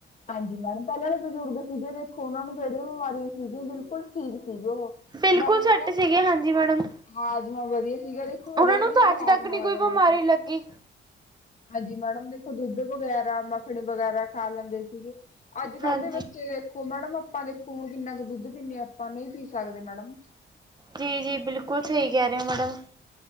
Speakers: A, on the left; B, on the right.
A: ਹਾਂਜੀ ਮੈਡਮ ਪੈਲਾਂ ਦੇ ਬਜ਼ੁਰਗ ਸੀਗੇ ਦੇਖੋ ਉਹਨਾਂ ਨੂੰ ਕਿਹੜੀਆਂ ਬਿਮਾਰੀਆਂ ਸੀਗੀਆਂ ਬਿਲਕੁਲ ਠੀਕ ਸੀਗੇ ਉਹ
B: ਬਿਲਕੁਲ
A: ਨਾਲੇ ਉਹਨਾਂ
B: ਸੈਟ
A: ਦਾ
B: ਸੀਗੇ ਹਾਂਜੀ ਮੈਡਮ
A: ਹਾਜ਼ਮਾ ਵਧੀਆ ਸੀਗਾ ਦੇਖੋ ਹਰੇਕ
B: ਉਹਨਾਂ ਨੂੰ
A: ਚੀਜ਼
B: ਤਾਂ ਅੱਜ
A: ਹਾਜ਼ਮਾ
B: ਤੱਕ ਨੀ ਕੋਈ
A: ਹੋ ਜਾਂਦੀ
B: ਬਿਮਾਰੀ
A: ਸੀ
B: ਲੱਗੀ।
A: ਹਾਂਜੀ ਮੈਡਮ ਦੇਖੋ ਦੁੱਧ ਬਗੈਰਾ, ਮੱਖਣੀ ਬਗੈਰਾ ਖਾ ਲੈਂਦੇ ਸੀਗੇ। ਅੱਜ-
B: ਹਾਂਜੀ
A: ਕੱਲ ਦੇ ਬੱਚੇ ਦੇਖੋ ਮੈਡਮ ਆਪਾਂ ਦੇਖੋ, ਹੁਣ ਕਿੰਨਾ ਕੁ ਦੁੱਧ ਪੀਂਦੇ, ਆਪਾਂ ਨਹੀਂ ਪੀ ਸਕਦੇ ਮੈਡਮ
B: ਜੀ- ਜੀ ਬਿਲਕੁਲ ਸਹੀ ਕਹਿ ਰਹੇ ਓ ਮੈਡਮ